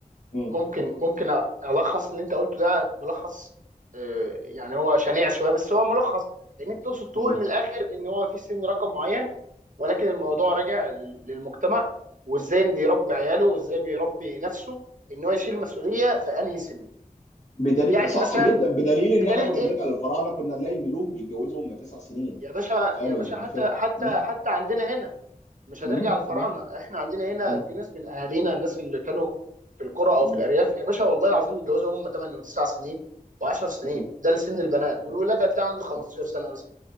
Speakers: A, on the left; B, on the right.
A: م-
B: ممكن ممكن ألخص اللي أنت قلته ده ملخص آه، يعني هو شنيع شوية بس هو ملخص إن أنت تقصد تقول
A: م.
B: من الآخر إن هو مفيش سن رقم معين ولكن الموضوع راجع لل- للمجتمع وإزاي بيربي عياله وإزاي بيربي نفسه إن هو يشيل مسؤولية في أنهي سن
A: بدليل
B: يعني
A: صح
B: مثلا
A: جدا بدليل ان
B: بدليل
A: احنا كنا
B: إيه
A: بنرجع للفراعنه كنا نلاقي الملوك بيتجوزوا هم تسع سنين
B: يا باشا
A: فاهم
B: يا باشا
A: ال-
B: حتى
A: الفكره؟
B: حتى
A: م?
B: حتى عندنا هنا مش هنرجع
A: م-
B: للفراعنه
A: م-
B: احنا عندنا هنا
A: م-
B: في ناس من اهالينا الناس اللي كانوا في القرى او
A: م-
B: في الارياف يا باشا والله العظيم يتجوزوا هم 8 و9 سنين و10 سنين
A: م- م-
B: ده لسن البنات
A: م-
B: والولاد هتلاقي عنده 15
A: م-
B: سنه مثلا